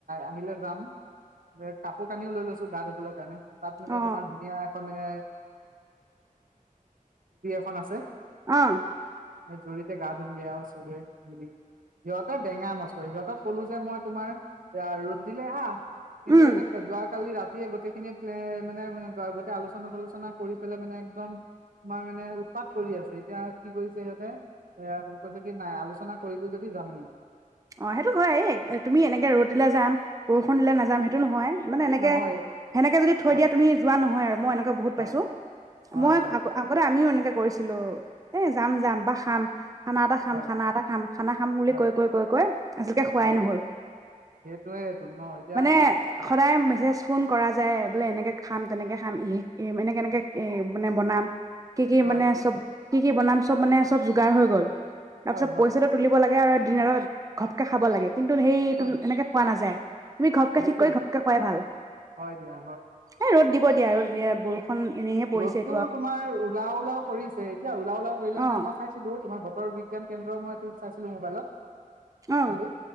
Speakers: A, on the right; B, on the right.
A: আহিলে যাম। কাপোৰ কানিও লৈ লৈছোঁ গা ধুবৰ কাৰণে তাত মানে
B: অ
A: তোমাৰ ধুনীয়া এখন মানে <unintelligible> <unintelligible> খন আছে।
B: অ
A: জুৰিতে গা ধুমগে আৰু চবে মিলি। সিহঁতে বেঙা মস্ত, সিহঁতক ক'লো যে মই তোমাৰ ৰ'দ দিলে আহ কিন্তু,
B: উম
A: সিহঁতে যোৱাকালি ৰাত গোটেইখিনি মানে গোটেই আলোচনা চাটলোচনা কৰি পেলাই মানে একদম। তোমাৰ মানে উৎপাত কৰি আছে এতিয়া কি কৰিছে সিহঁতে এ যদি নাই আলোচনা কৰিলোঁ যদি জামেই।
B: অ' সেইটো হয় তুমি এনেকে ৰ'দ দিলা যাম বৰষুণ দিলে নায, টো নহয় মানে। এনেকে
A: নহয়
B: সেনেকে যদি থৈ
A: হয়
B: দিয়া তুমি যোৱা নহয় আৰু মই এনেকুৱে বহুত
A: হয়
B: পাইছো
A: হয়
B: মই
A: হয়
B: আগতে আমিও এ কৰিছিলো এ যাম যাম বা খাম, খানা এটা খাম,
A: হয়
B: খানা এটা খাম, খানা খাম, বুলি
A: হয়
B: কৈ কৈ কৈ আজিলৈকে খোৱাই
A: হয়
B: নহল।
A: সেইটোৱেইটো ন এতিয়া
B: মানে সদায় মেছেজ ফোন কৰা যায় বোলে এনেকে খাম তেনেকে খাম এনেকে এনেকে এ মানে বনাম। কি কি
A: হয়
B: মানে চব কি কি বনাম চব মানে চব যোগাৰ হৈ গ'ল। তাৰপিছত
A: হয় হয়
B: পইচাটো তুলিব লাগে আওঁ <unintelligible> ঘপকে খাব লাগে। কিন্তু সেইটো
A: হয়
B: এনেকৈ খোৱা নাযায়। তুমি ঘপকে
A: সেইটোৱেই
B: ঠিক কৰি ঘপকে খুৱাই ভাল।
A: হয় দিয়া
B: এ ৰ'দ দিব আৰু বৰষূণ। এনেহে পৰিছে
A: ৰ'দতো
B: এইটো
A: তোমাৰ ওলা ওলাওছে এতিয়া ওলা ওলাও কৰিলে
B: অ
A: মানে মই চাইছিলো তোমাৰ বতৰ বিজ্ঞান, কেন্দ্ৰ মই এইটো চাইছিলো মোবাইলত।
B: অ
A: আবি